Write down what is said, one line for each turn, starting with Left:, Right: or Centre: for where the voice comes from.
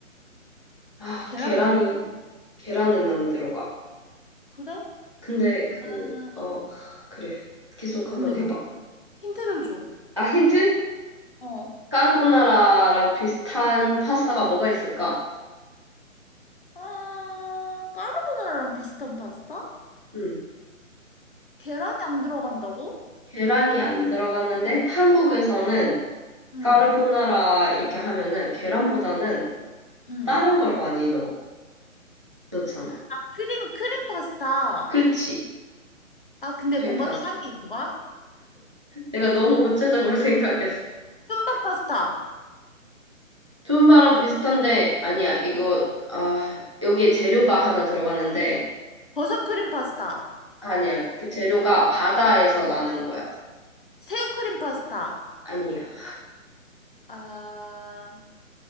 Right: 아,
Left: 계란은
Right: 계란이,
Left: 안 들어가?
Right: 계란은 안 들어가.
Left: 그래?
Right: 근데 그,
Left: 아,
Right: 어,
Left: 어.
Right: 그래. 계속
Left: 근데
Right: 한번
Left: 뭐
Right: 해봐.
Left: 힌트를 줘.
Right: 아, 힌트?
Left: 어.
Right: 까르보나라랑 비슷한 파스타가 뭐가 있을까?
Left: 아, 까르보나라랑 비슷한 파스타?
Right: 음.
Left: 계란이 안 들어간다고?
Right: 계란이 안 들어갔는데, 한국에서는
Left: 응.
Right: 까르보나라 이렇게 하면은 계란보다는
Left: 응.
Right: 다른 걸 많이 넣어. 넣잖아.
Left: 아, 크림, 크림 파스타.
Right: 그치?
Left: 아, 근데
Right: 크림
Left: 뭔가
Right: 파스타.
Left: 또 딴 게 있는 거야?
Right: 내가 너무 구체적으로 <laughs> 생각했어.
Left: 툰바 파스타.
Right: 두음바랑
Left: 툰,
Right: 비슷한데 아니야. 이거
Left: 어,
Right: 아, 여기에 재료가 하나 들어갔는데
Left: 버섯 크림 파스타.
Right: 아니야. 그 재료가 바다에서 나는 거야.
Left: 새우 크림 파스타.
Right: 아니야.
Left: 아,